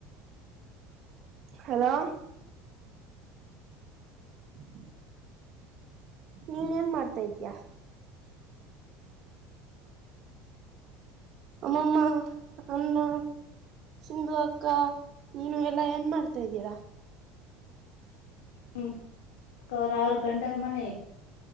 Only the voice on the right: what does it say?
ಹಲೋ <inaudible> ನೀನ್ ಏನ್ ಮಾಡ್ತಾ ಇದೀಯಾ.
ಅಮ್ಮಮ್ಮ ಅಣ್ಣ. ಸಿಂಧು ಅಕ್ಕ ನೀನು ಎಲ್ಲಾ ಏನ್ ಮಾಡ್ತಾ ಇದ್ದೀರಾ.